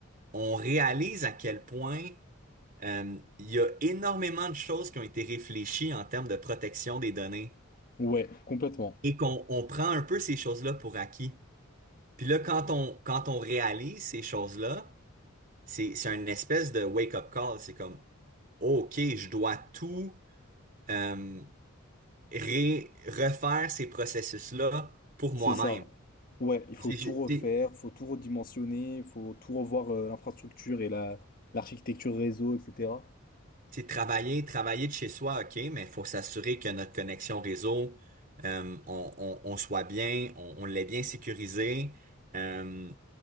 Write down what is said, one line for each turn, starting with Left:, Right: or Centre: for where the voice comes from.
Right: on réalise à quel point euh, il y a énormément de choses qui ont été réfléchies en termes de protection des données
Left: Ouais, complètement.
Right: et qu'on on prend un peu ces choses-là pour acquis. Puis là, quand on, quand on réalise ces choses-là, c'est, c'est une espèce de wake-up call. C'est comme, OK, je dois tout. euh, ré- refaire ces processus-là pour moi-même.
Left: C'est ça. Ouais, il faut
Right: C'est
Left: tout
Right: ju-
Left: refaire,
Right: c'est-
Left: faut tout redimensionner, faut tout revoir euh, l'infrastructure et la, l'architecture réseau, etc.
Right: c'est travailler, travailler de chez soi, OK, mais il faut s'assurer que notre connexion réseau, euh, on, on- on soit bien, on, on l'ait bien sécurisé. Euh,